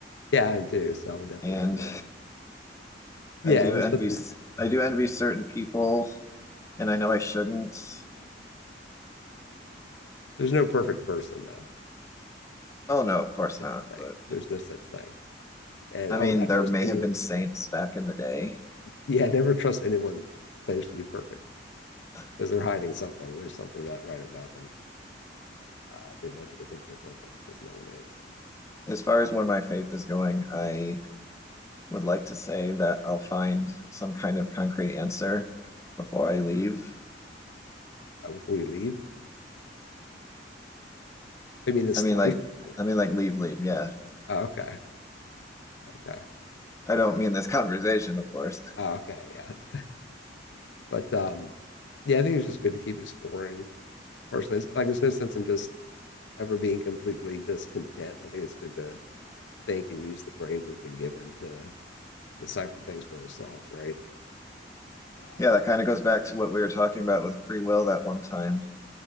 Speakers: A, on the left (about 70°); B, on the left (about 15°).
A: yeah, I'm too. So I would definitely
B: and
A: have that.
B: <laughs>
A: Yeah,
B: I do
A: and there's
B: envy,
A: nothing.
B: <laughs> I do envy certain people, and I know I shouldn't.
A: There's no perfect person though.
B: Oh, no, of course
A: That's
B: not.
A: the thing.
B: But
A: There's no such thing. And
B: I
A: I
B: mean,
A: would not
B: there
A: trust
B: may
A: anyone.
B: have been saints back in the day.
A: Yeah, never trust anyone that claims to be perfect
B: <laughs>
A: because they're hiding something. There's something not right about them. Uh, they want you to think they're perfect because no one is.
B: As far as where my faith is going, I would like to say that I'll find some kind of concrete answer before I leave
A: Right. Uh, before you leave, I mean, this
B: I mean,
A: life.
B: like,
A: or-
B: I mean, like, leave, leave. Yeah.
A: Oh, okay. Okay.
B: I don't mean this conversation, of course.
A: Oh, okay. Yeah. <laughs> But um, yeah, I think it's just good to keep exploring personally, it's- like there's no sense in just ever being completely just content. I think it's good to think and use the brain we've been given to decipher things for ourselves, right? Uh,
B: Yeah, that kind of goes back to what we were talking about with free will that one time.